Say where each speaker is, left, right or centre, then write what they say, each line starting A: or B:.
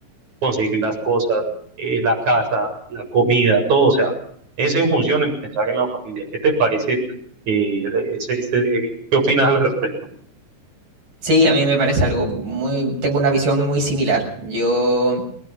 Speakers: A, on the right (about 60°); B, on the right (about 85°).
A: conseguir las cosas, eh, la casa, la comida, todo, o sea, es en función en pensar en la familia. ¿Qué te parece? eh, ese- ese, eh, ¿qué opinas al respecto?
B: Sí, a mí me parece algo muy, tengo una visión muy similar. Yo,